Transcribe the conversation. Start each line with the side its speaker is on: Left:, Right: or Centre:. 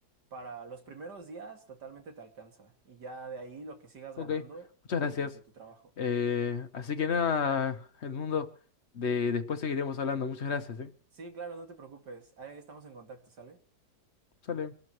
Right: para los primeros días totalmente te alcanza y ya de ahí lo que sigas
Left: Ok,
Right: ganando
Left: muchas
Right: de,
Left: gracias.
Right: de tu trabajo.
Left: Eh, así que nada, Edmundo, de, después seguiremos hablando. Muchas gracias, ¿eh?
Right: Sí, claro, no te preocupes, ahí estamos en contacto, ¿sale?
Left: Sale.